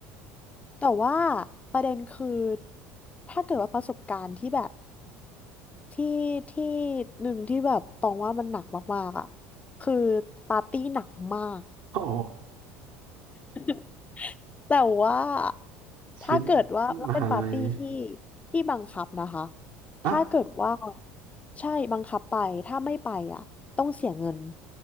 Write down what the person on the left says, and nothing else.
แต่ว่าประเด็นคือถ้าเกิดว่าประสบการณ์ที่แบบ ที่ที่หนึ่งที่แบบตองว่ามันหนักมากๆอ่ะคือปาร์ตี้หนักมาก
<laughs> แต่ว่า
ถ้าเกิดว่าแล้วเป็นปาร์ตี้ที่
ที่บังคับนะคะถ้าเกิดว่า
ใช่บังคับไปถ้าไม่ไปอ่ะต้องเสียเงิน